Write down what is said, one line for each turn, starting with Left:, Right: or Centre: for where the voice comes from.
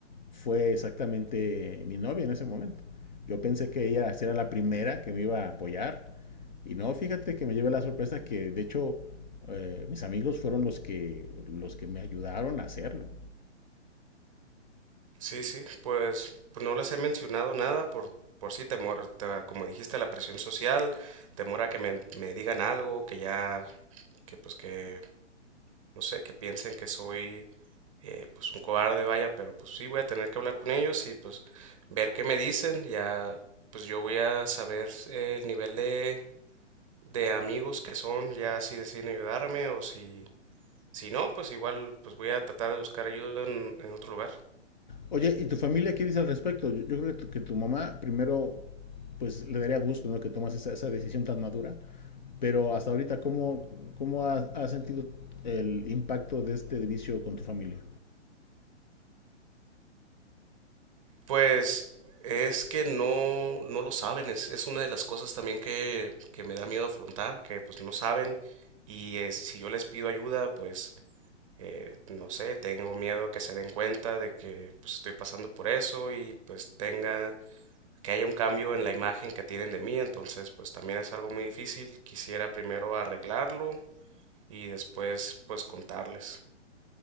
Left: fue exactamente mi novia en ese momento. Yo pensé que ella sí era la primera que me iba a apoyar y no, fíjate que me llevé la sorpresa que de hecho eh, mis amigos fueron los que, los que me ayudaron a hacerlo.
Right: Sí, sí, pues pues, no les he mencionado nada por por sí temor, te- como dijiste, la presión social, temor a que me, me digan algo, que ya que pues que no sé, que piensen que soy eh, pues un cobarde, vaya, pero pues sí voy a tener que hablar con ellos y pues ver qué me dicen, ya pues yo voy a saber eh, el nivel de, de amigos que son, ya si deciden ayudarme o si, si no, pues igual pues voy a tratar de buscar ayuda en, en otro lugar.
Left: Oye, ¿y tu familia qué dice al respecto? Yo, yo creo que tu, que tu mamá primero pues le daría gusto ¿no? que tomas esa, esa decisión tan madura, pero hasta ahorita, ¿cómo, cómo has, has sentido el impacto de este vicio con tu familia?
Right: Pues es que no, no lo saben, es, es una de las cosas también que, que me da miedo afrontar, que pues no saben y eh, si yo les pido ayuda, pues eh, no sé, tengo miedo que se den cuenta de que pues, estoy pasando por eso y pues tenga que haya un cambio en la imagen que tienen de mí, entonces pues también es algo muy difícil. Quisiera primero arreglarlo y después pues contarles.